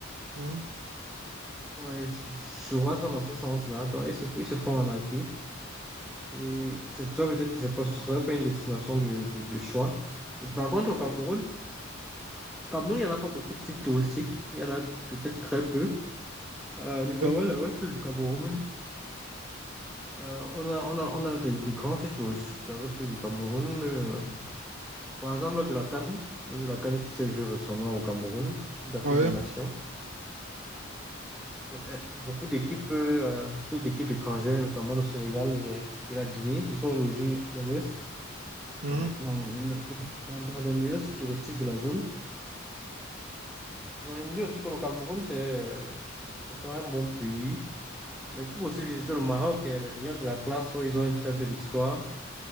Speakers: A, on the right; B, in the centre.
A: Hmm.
B: Ouais, je, je vois ça dans ce sens-là. Donc, ils se, ils se font arnaquer. Et c'est pour ça peut-être que c'est pas, ce ne serait pas une destination de, de, de choix. Mais par contre, au Cameroun, Cameroun, il n'y en a pas beaucoup de sites touristiques. Il y en a peut-être très peu. Euh, notamment
A: Ouais.
B: dans l'ouest du Cameroun. Euh, on a, on a, on a des, des grands sites touristiques dans l'ouest du Cameroun. Euh, par exemple, lors de la CAN, lors de la CAN qui s'est jouée récemment au Cameroun, Coupe d'Afrique
A: Ouais.
B: des Nations. Euh, beaucoup d'équipes euh, beaucoup d'équipes étrangères, notamment le Sénégal et, et la Guinée, se sont logées dans l'ouest,
A: Hmm.
B: euh, dans, dans dans des meilleurs sites touristiques de la zone. Bon, je me dis aussi que le Cameroun, c'est, ce sont un bon pays. Mais tu peux aussi visiter le Maroc et les Lions de la classe, oh, ils ont une très belle histoire.